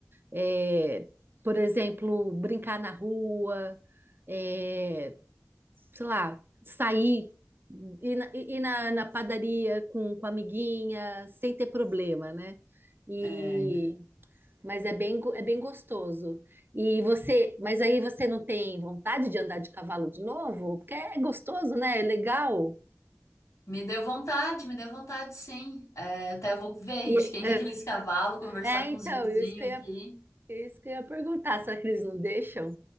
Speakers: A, on the right; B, on the left.
A: É, por exemplo, brincar na rua. é, sei lá, sair, ir na, ir na, na padaria com, com a amiguinha, sem ter problema, né? E,
B: É,
A: mas é bem, go- é bem gostoso. E você, mas aí você não tem vontade de andar de cavalo de novo? Porque é gostoso, né? É legal.
B: Me deu vontade, me deu vontade, sim. É, até vou ver
A: E,
B: de quem que é aqueles cavalos, conversar
A: ah, é,
B: com
A: então,
B: os vizinhos
A: isso que eu
B: aqui.
A: ia, isso que eu ia perguntar, será que eles não deixam?